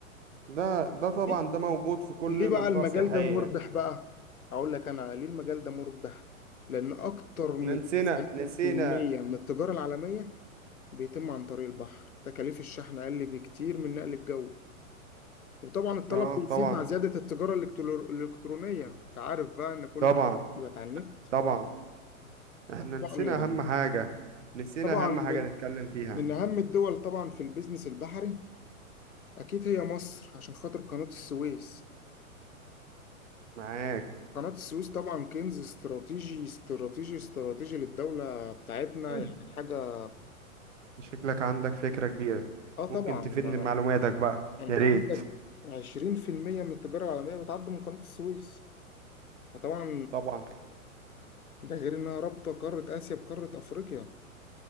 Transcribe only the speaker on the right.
ده ده طبعا
ده موجود في كل
منطقة
سياحية
احنا نسينا
نسينا
اه
طبعا
طبعا
طبعا احنا نسينا
اهم حاجة نسينا
اهم
حاجة نتكلم فيها
معاك
انت
شكلك عندك فكرة كبيرة
ممكن تفيدني
بمعلوماتك بقى
يا ريت
طبعا